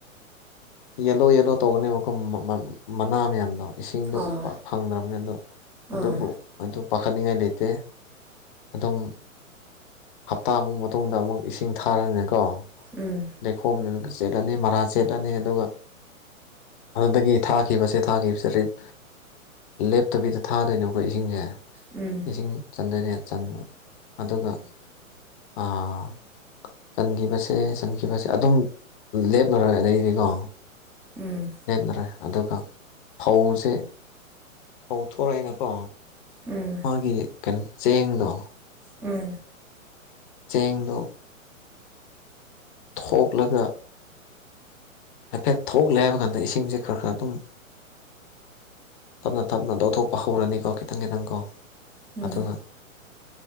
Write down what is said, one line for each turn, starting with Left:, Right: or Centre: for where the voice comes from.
Left: ꯌꯦꯜꯂꯣ ꯌꯦꯜꯂꯣ ꯇꯧꯒꯅꯦꯕꯀꯣ ꯃꯅꯥ ꯃꯌꯥꯝꯗꯣ ꯏꯁꯤꯡꯗꯣ
Centre: ꯑꯥ
Left: ꯐꯪꯗ꯭ꯔꯕꯅꯤ ꯑꯗꯣ ꯑꯗꯨꯕꯨ
Centre: ꯑꯥ
Left: ꯑꯗꯨ ꯄꯥꯈꯠꯅꯤꯡꯉꯥꯏ ꯂꯩ ꯇꯦ ꯑꯗꯨꯝ ꯍꯞꯇꯥꯃꯨꯛ ꯃꯇꯨꯡꯗ ꯑꯃꯨꯛ ꯏꯁꯤꯡ ꯊꯥꯔꯅꯤꯀꯣ
Centre: ꯎꯝ
Left: ꯂꯩꯈꯣꯝꯗꯨꯅ ꯆꯦꯠꯂꯅꯤ ꯃꯔꯥ ꯆꯦꯠꯂꯅꯤ ꯑꯗꯨꯒ ꯑꯗꯨꯗꯒꯤ ꯊꯥꯈꯤꯕꯁꯦ ꯊꯥꯈꯤꯕꯁꯦ ꯔꯤꯠ ꯂꯦꯞꯇꯕꯤꯗ ꯊꯥꯗꯣꯏꯅꯦꯀꯣ ꯏꯁꯤꯡꯖꯦ
Centre: ꯎꯝ
Left: ꯏꯁꯤꯡ ꯆꯟꯗꯣꯏꯅꯦ ꯆꯟꯕ ꯑꯗꯨꯒ ꯑꯥ ꯆꯟꯈꯤꯕꯁꯦ ꯆꯟ ꯁꯦ ꯑꯗꯨꯝ ꯂꯦꯞꯂꯔꯣꯏ ꯑꯗꯩꯗꯤꯀꯣ
Centre: ꯎꯝ
Left: ꯂꯦꯞꯂꯂꯣꯏ ꯑꯗꯨꯒ ꯐꯧꯁꯦ ꯐꯧ ꯊꯣꯔꯣꯏꯅ ꯀꯣ
Centre: ꯎꯝ
Left: ꯃꯥꯒꯤ ꯀꯩꯅꯣ ꯆꯦꯡꯗꯣ
Centre: ꯎꯝ
Left: ꯆꯦꯡꯗꯣ ꯊꯣꯛꯂꯒ ꯍꯥꯏꯐꯦꯠ ꯊꯣꯛꯂꯦ ꯍꯥꯏꯕ ꯀꯥꯟꯗ ꯏꯁꯤꯡꯁꯦ ꯈꯔ ꯈꯔ ꯑꯗꯨꯝ ꯇꯞꯅ ꯇꯞꯅ ꯂꯧꯊꯣꯛꯄ ꯍꯧꯔꯅꯤꯀꯣ ꯈꯤꯇꯪ ꯈꯤꯇꯪꯀꯣ
Centre: ꯎꯝ
Left: ꯑꯗꯨꯒ